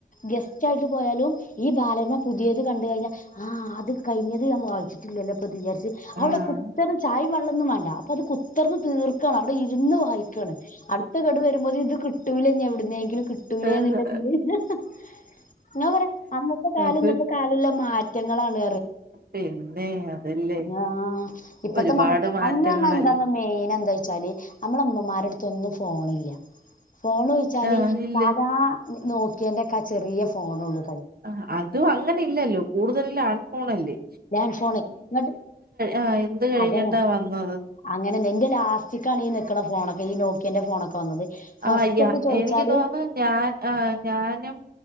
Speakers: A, on the left; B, on the right.
A: ഗസ്റ്റ് ആയിട്ട് പോയാലും ഇ ബാലരമ പുതിയത് കണ്ട് കഴിഞ്ഞാൽ ആ അത് കഴിഞ്ഞത് ഞാൻ വയ്ക്കും. ട്ടില്ലല്ലല്ലോ ഇദ് വിചാരിച് അവിടെ
B: ആഹ്
A: കുത്തർന്ന് ചായിം വെള്ള ണും വണ്ട <unintelligible> നാപ കുത്തർൻ തീർക്കാൻ അവിടെ ഇ <unintelligible> ന്ന് വായിക്കാന് അടുത്ത ഗഡു വരുമ്പോത്തിന് ഇത് കിട്ടൂലെ ഇനി എവിട്ന്നെങ്കിലും കിട്ടൂലെ
B: ആഹ്.
A: ന്ന് ഇല്ലാദിൽ <unintelligible> ഞാൻ പറ അന്നതാ കാല
B: അത്
A: ഇന്നത്തെ കാല ഉള്ള മാറ്റം റ്റകളാണ്
B: പിന്നെ അതല്ലേ
A: ഞാ ഇപ്പത്തെ
B: ഒരുപാട്
A: മക്കക്ക്
B: മാറ്റങ്ങളല്ലേ
A: അന്ന് ൽ എന്താ മെയിൻ ച്ചാൽ നമ്മളെ ഉമ്മമാരെ അടുത്തൊന്നും പോണില്ല ഫോൺവെച്ചാൽ
B: ആഹ് ഇല്ല
A: സാധ നോക്കി യ ന്റെ ഒക്കെ ചെറിയ ഫോൺ ഒള്ളു
B: അ അതും അങ്ങ ഇല്ലല്ലോ കൂടുതലും ലാൻഫോണല്ലേ
A: ലാന്റ് ഫോൺ ഇങ്ങണ്ട്
B: ആഹ് എന്ത് കഴിഞ്ഞിട്ടാ
A: അദെന്നെ
B: വന്നത്
A: അങ്ങനെന്നെ ഇന്റ ലാസ്റ്റി കാണി ഇ ഞെക്കണ ഫോണൊക്കെ ഇ നോക്കിയന്റെ ഫോണക്കെ വന്നത് ഫസ്റ്റ്
B: അ യ
A: ഒക്കെ ചോദിച്ചാല്
B: എനിക്ക് തോന്നുന്നു ഞാൻ അ ഞാനും